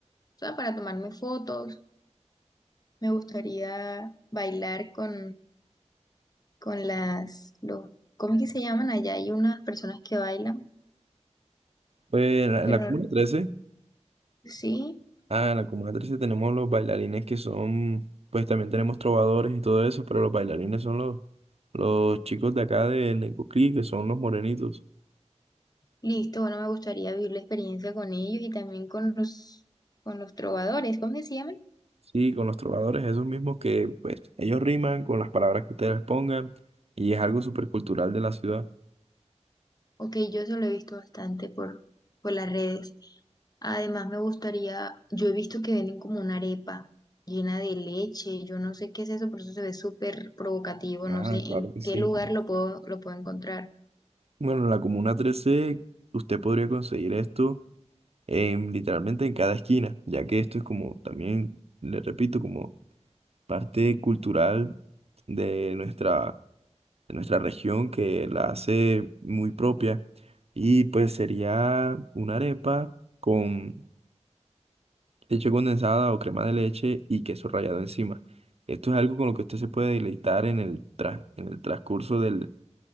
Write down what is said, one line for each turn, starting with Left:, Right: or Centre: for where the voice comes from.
Left: o sea, para tomarme fotos. Me gustaría bailar con, con las, los, ¿cómo es que se llaman? Allá hay unas personas que bailan,
Right: Pues en la,
Left: pero
Right: en la Comuna trece
Left: sí,
Right: ah, en la Comuna trece tenemos los bailarines que son, pues también tenemos trovadores y todo eso, pero los bailarines son los, los chicos de acá de Necoclí, que son los morenitos.
Left: listo, bueno, me gustaría vivir la experiencia con ellos y también con los, con los trovadores, ¿cómo es que se llaman?
Right: Sí, con los trovadores, esos mismos que, pues, ellos riman con las palabras que ustedes pongan y es algo súper cultural de la ciudad.
Left: Ok, yo eso lo he visto bastante por, por las redes. Además, me gustaría, yo he visto que venden como una arepa llena de leche, yo no sé qué es eso, por eso se ve súper provocativo, no
Right: Ah,
Left: sé
Right: claro
Left: en
Right: que sí.
Left: qué lugar lo puedo, lo puedo encontrar.
Right: Bueno, en la Comuna trece usted podría conseguir esto en, literalmente en cada esquina, ya que esto es como también, le repito, como parte cultural de nuestra, de nuestra región que la hace muy propia. Y pues sería una arepa con leche condensada o crema de leche y queso rallado encima. Esto es algo con lo que usted se puede deleitar en el, tras- en el transcurso del,